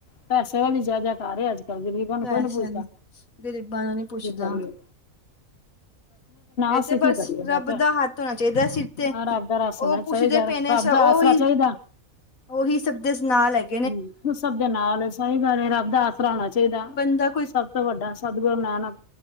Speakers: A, on the left (about 50°); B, on the left (about 75°).
A: ਪੈਸੇ ਵਾਲੀ ਜਾਦਾ, ਸਾਰੇ ਅੱਜ ਕੱਲ੍ਹ ਗਰੀਬਾਂ ਨੂੰ
B: ਪੈਸੇ
A: ਕੋਈ ਨੀ ਪੁੱਛਦਾ,
B: ਗ਼ਰੀਬਾਂ ਨੂੰ ਨੀ ਪੁੱਛਦਾ
A: ਕੀ ਕਰੇ,
B: ਇਹ
A: ਅਸੀਂ
B: ਤੇ
A: ਕੀ
B: ਬਸ
A: ਕਰੀਏ ਮੈਂ
B: ਰੱਬ
A: ਕਿਹਾ
B: ਦਾ ਹੱਥ ਹੋਣਾ ਚਾਹੀਦਾ ਸਿਰ ਤੇ,
A: ਹਾਂ ਰੱਬ ਦਾ ਰਾਸ
B: ਉਹ
A: ਹੋਣਾ ਚਾਹੀਦਾ
B: ਪੁੱਛਦੇ
A: ਰੱਬ
B: ਪਏ ਨੇ ਸ
A: ਦਾ
B: ਉਹੀ,
A: ਆਸਰਾ ਚਾਹੀਦਾ
B: ਉਹੀ ਸਭ ਦੇ ਨਾਲ ਹੈਗ
A: ਹੂੰ, ਸਭ ਦੇ ਨਾਲ ਏ, ਸਹੀ ਗੱਲ ਏ ਰੱਬ ਦਾ ਆਸਰਾ ਹੋਣਾ ਚਾਹੀਦਾ
B: ਬੰਦਾ
A: ਸਭ ਤੋਂ ਵੱਡਾ। ਸਤਿਗੁਰ ਨਾਨਕ,